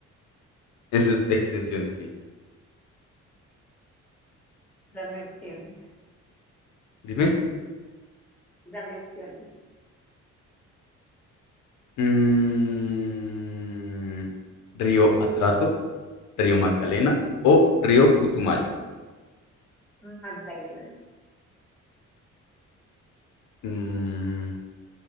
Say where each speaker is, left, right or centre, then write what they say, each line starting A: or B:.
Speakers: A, on the left (about 75°); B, in the centre.
A: En sus extensiones, sí.
B: Dame opciones.
A: Dime.
B: Dame opciones.
A: Mm, ¿Río Atrato, Río Magdalena o Río Putumayo?
B: Magdalena,
A: Mm,